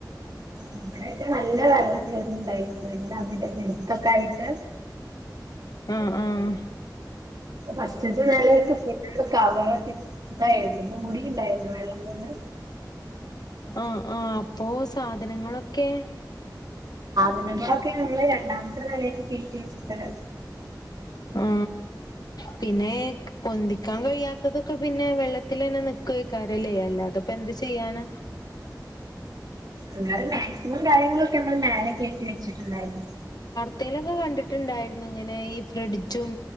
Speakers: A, on the right; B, on the left.
A: ളവിടെക്കെ നല്ല വെള്ളം കേറീണ്ടായിരുന്നു എന്ത അവിടെ എടുത്തൊക്കെ ആയിട്ട്
B: ആഹ ആഹ
A: ഫസ്റ്റ് <unintelligible> ഇടെ കവറൊക്കെ ഇതായിരുന്നു മുടിണ്ടായിരുന്നു വെള്ളം കൊണ്ട്
B: ആഹ ആഹ അപ്പൊ സാധനങ്ങളൊക്കെ
A: സാധനങ്ങളിക്കെ നമ്മള് രണ്ടാമത്തെ നിലയക്ക് കേറ്റി വെച്ചിട്ടരാ
B: ഉ പിന്നെ പൊന്തിക്കാൻ കഴിയാത്ത ത്തതൊക്കെ പിന്നെ വെള്ളത്തി തന്നെ നിക്കുവക്കാര്യല്ലേ അല്ലാതപ്പോ എന്ത് ചെയ്യാന
A: അങ്ങനെ മാക്സിമം കാര്യങ്ങളൊക്കെ നമ്മള് മേലെ കേറ്റി വെച്ച വച്ചിട്ടുണ്ടായിരുന്നു
B: <unintelligible> ലൊക്കെ കണ്ടിട്ടുണ്ടായിരുന്നു ഇങ്ങനെ ഈ ഫ്രിഡ്ജും